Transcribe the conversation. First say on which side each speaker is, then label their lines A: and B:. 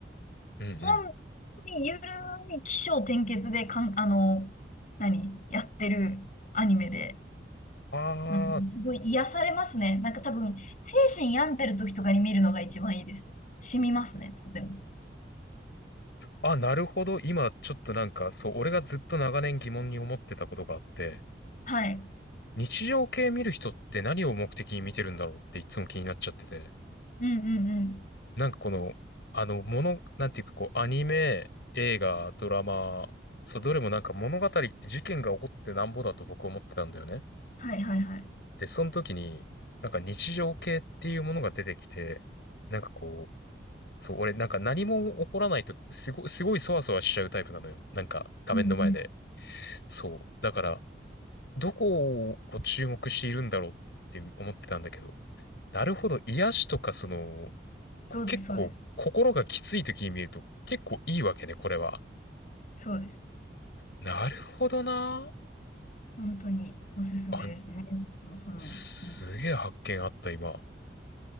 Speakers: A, on the left; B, on the left.
A: うんうん。
B: 本当にゆるい起承転結でかん、あの、何やってるアニメで、
A: あ
B: なんかすごい癒されますね。なんか多分、精神病んでる時とかに見るのが一番いいです。染みますね、とても。
A: あ。あ、なるほど。今ちょっとなんか、そう、俺がずっと長年疑問に思ってたことがあって、
B: はい。
A: 日常系見る人って何を目的に見てるんだろうっていつも気になっちゃってて。
B: うんうんうん。
A: なんかこの、あの、もの、なんていうかこう、アニメ、映画、ドラマ、そう、どれもなんか物語って事件が起こってなんぼだと僕思ってたんだよね。
B: はいはいはい。
A: で、その時に、なんか日常系っていうものが出てきて、なんかこう、そう、俺なんか何も起こらないと、すごい、すごいそわそわしちゃうタイプなのよ。なんか画面の前で。
B: うんうん。
A: そう。だから、どこを注目しているんだろうって思ってたんだけど、なるほど、癒しとかその、
B: そうです、
A: こ結構心がきつい時に見ると結構いいわけね、
B: そうです。
A: これは。
B: そうです。
A: なるほどな。
B: 本当におすすめですね。
A: あ、
B: もうその、
A: すげえ発見あった、
B: うん、
A: 今。